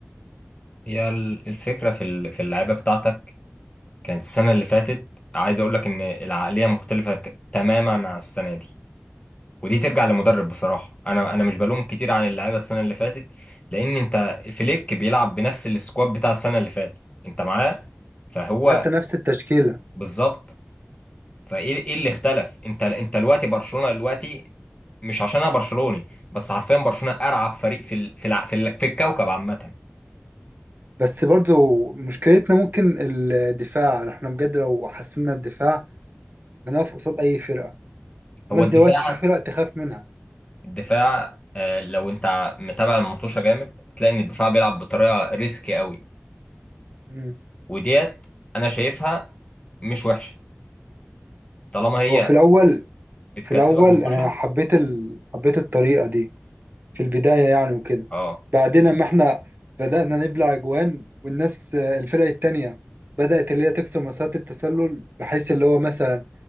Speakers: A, on the left (about 25°); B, on the right (about 50°).
A: هي ال- الفكرة في ال- في اللعيبة بتاعتك كانت السنة اللي فاتت عايز اقول لك ان العقلية مختلفة ك- تماما عن السنة دي ودي ترجع لمدرب بصراحه انا انا مش بلوم كتير عن اللعيبه السنه اللي فاتت لان انت فليك بيلعب بنفس السكواد بتاع السنه اللي فاتت انت معاه فهو
B: حتى نفس التشكيله
A: بالظبط فايه ايه اللي اختلف انت انت دلوقتي برشلونه دلوقتي مش عشان انا برشلوني بس حرفيا برشلونه ارعب فريق في ال... في الع... في, ال... في الكوكب عامه
B: بس برضو مشكلتنا ممكن الدفاع احنا بجد لو حسنا الدفاع انا اقف قصاد اي فرقه امال
A: هو الدفاع
B: دلوقتي في فرق تخاف منها
A: الدفاع آه، لو انت متابع المطوشه جامد هتلاقي ان الدفاع بيلعب بطريقه ريسكي قوي
B: امم
A: وديت انا شايفها مش وحشه طالما هي
B: هو في الاول
A: اتكسبوا
B: في الاول
A: 15
B: انا حبيت ال... حبيت الطريقه دي في البدايه يعني وكده
A: اه
B: بعدين اما احنا بدانا نبلع اجوان والناس آه، الفرق التانية بدات اللي هي تكسر مسارات التسلل بحيث اللي هو مثلا